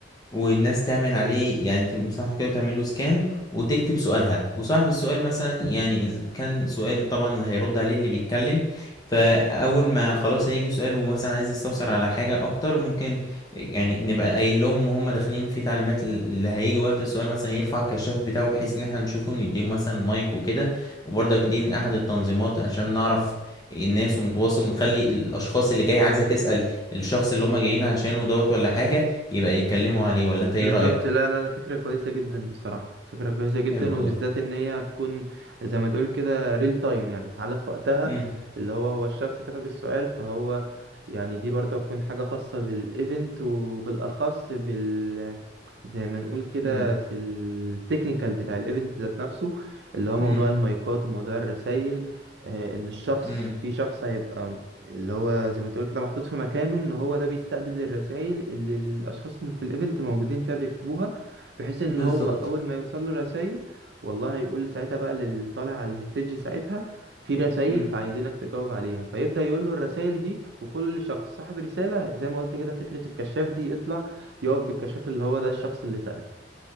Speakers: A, on the left; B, on the right.
A: والناس تعمل عليه يعني تمسحه كده وتعمل له سكان وتكتب سؤالها وصاحب السؤال مثلا يعني إذا كان سؤال طبعا اللي هيرد عليه اللي بيتكلم فأول ما خلاص هيجي سؤال ومثلا عايز يستفسر على حاجة أكتر ممكن يعني نبقى قايل لهم وهم داخلين في تعليمات اللي هيجي وقت السؤال مثلا يرفع الكشاف بتاعه بحيث إن احنا نشوفه ونديله مثلا مايك وكده وبرضك دي من أحد التنظيمات عشان نعرف الناس ونتواصل ونخلي الأشخاص اللي جاية عايزة تسأل الشخص اللي هم جايين عشانه دوت ولا حاجة يبقى يتكلموا عليه ولا انت
B: بالظبط
A: ايه رأيك
B: لا لا لا، فكرة كويسة جدا بصراحة فكرة كويسة جدا
A: حلو والله
B: وبالذات ان هي هتكون زي ما تقول كده ريل تايم يعني فعالة في وقتها
A: امم
B: اللي هو هو الشخص كتب السؤال فهو يعني دي برضه هتكون حاجة خاصة بالايفنت وبالاخص بال زي ما نقول كده
A: امم
B: في التكنيكال بتاع الايفنت ذات نفسه اللي هو موضوع
A: امم
B: المايكات وموضوع الرسايل آه، ان الشخص
A: امم
B: في شخص هيبقى اللي هو زي ما تقول كده محطوط في مكانه ان هو ده بيستقبل الرسائل اللي الاشخاص م- في الايفنت موجودين فيها بيكتبوها بحيث ان
A: بالظبط
B: هو اول ما يوصل له رسائل والله هيقول ساعتها بقى للي طالع على الستيج ساعتها في رسائل
A: امم
B: فعايزينك تجاوب عليها فيبدأ يقول له الرسائل دي وكل شخص صاحب رسالة زي ما قلت كده فكرة الكشاف دي يطلع يقف بالكشاف اللي هو ده الشخص اللي سأل